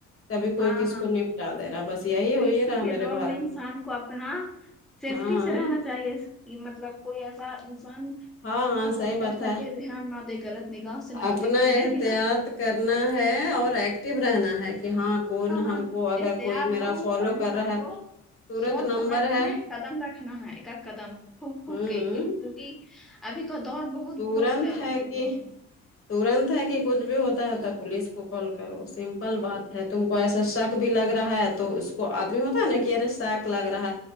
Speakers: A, on the left; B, in the centre.
A: کبھی کوئی
B: ہاں
A: کس
B: ہاں
A: کو نپٹا دے رہا بس یہی
B: تو
A: ہو ہی
B: اسی
A: رہا ہے
B: کے
A: میرے
B: دور
A: بھارت
B: انسان
A: میں
B: کو اپنا سیفٹی
A: ہاں
B: سے رہنا چاہیے کی مطلب کوئی ایسا انسان
A: ہاں ہاں
B: نہ
A: صحیح بات
B: کر سکے
A: ہے
B: دھیان نہ دے غلط نگاح سے نہ
A: اپنا
B: دیک کے
A: احتیاط
B: ہے کہ نہ
A: کرنا ہے اور ایکٹو رہنا ہے کہ ہاں کون ہم
B: ہاں
A: کو اگر
B: احتیاط
A: کوئی میرا
B: بہت
A: فالو
B: اور انسان
A: کر رہا ہے
B: کو
A: ترت
B: سوچ
A: نمبر
B: سمجھ
A: ہے
B: کے قدم رکھنا ہے ایک اد قدم پھک پھک
A: ہوں
B: کے کیونکی ابھی کا دور بہت
A: تورنت
B: برا چل
A: ہے
B: رہا دنیا
A: کہ
B: میں
A: ترنت ہے کہ کچھ بھی ہوتا ہے تو پولیس کو کال کرو سمپل بات ہے تم کو ایسا شک بھی لگ رہا ہے تو اس کو آدمی ہوتا ہے نا کہ ارے شک لگ رہا ہے